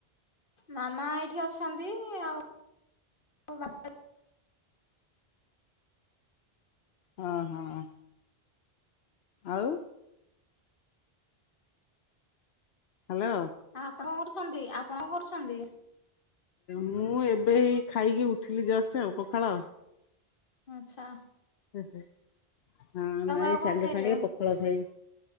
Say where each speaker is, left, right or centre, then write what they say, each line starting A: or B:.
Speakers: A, on the left; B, on the left.
A: ମାମା ଏଇଠି ଅଛନ୍ତି ଆଉ ବାପା
B: ହଁ ହଁ। ଆଉ। ହ୍ୟାଲୋ।
A: ଆ ଆପଣ କଣ କରୁଛନ୍ତି, ଆପଣ କଣ କରୁଛନ୍ତି?
B: ମୁଁ ଏବେଏଇ ଖାଇକି ଉଠିଲି ଜଷ୍ଟ ଆଉ ପଖାଳ।
A: ଆଛା।
B: ହଁ ନାଇଁ
A: ଆଉ
B: ସାଙ୍ଗେ
A: କଣ ଖାଇଲେ
B: ସାଙ୍ଗେ ପ ପଖାଳ ଖାଇ